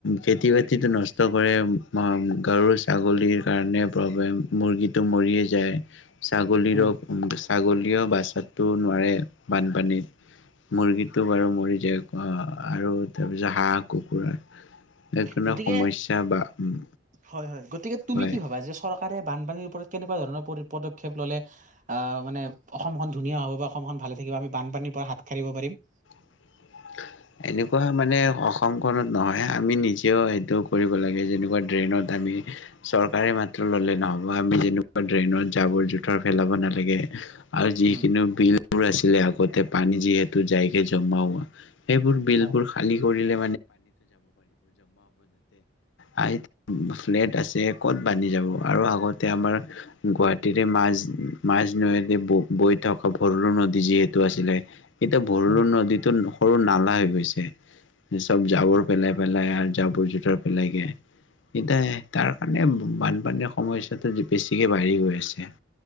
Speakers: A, on the left; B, on the right.
A: খেতি বাতিতো নষ্ট কৰে গৰু ছাগলীৰ কাৰণে মুৰ্গীটো মৰিয়ে যায় ছাগলীৰো
B: উম
A: ছাগলীয় বাচাতটো নোৱাৰে বানপানীত মুৰ্গীটো বাৰু মৰি যায় আৰু তাৰপিছত হাঁহ কুকুৰা সেইকাৰণে
B: গতিকে
A: সমস্যা বা উম,
B: হয় হয় গতিকে তুমি
A: হয়
B: কি ভাবা যে চৰকাৰে বানপানীৰ ওপৰত কেনেকুৱা ধৰণৰ পদক্ষেপ ললে আহ মানে অসমখন ধুনীয়া হ'ব বা অসমখন ভালে থাকিব আমি বানপানীৰ পৰা হাত সাৰিব পাৰিম
A: <unintelligible> এনেকুৱা মানে অসমখনত নহয় আমি নিজেও সেইটো কৰিব লাগে যেনেকুৱা ড্ৰেইনত আমি চৰকাৰে মাত্ৰ ললে নহ'ব আমি যেনেকুৱা ড্ৰেইনত জাবৰ জোথৰ পেলাব নালাগে আৰু যিকিনো
B: উম
A: বিলবোৰ আছিলে আগতে পানী যিহেতু যাইকে জমা হোৱা এইবোৰ বিল
B: হয়
A: বোৰ খালী কৰিলে ান ক'ত আৰু আগতে আমাৰ গুৱাহাটীতে মাজ মাছ ন বৈ থকা ভ অৰু নদী যিহেতু আছিলে এতিয়া ভৰলো
B: উম
A: নদীতো সৰু নালা হৈ গৈছে চব জাবৰ
B: হয়
A: পেলাই পেলাই আৰু জাবোৰ জোতৰ পেলাইগে এতিয়া তাৰ কাৰণে বানপানীৰ সমস্যাটো বেছিকে বাঢ়ি গৈ আছে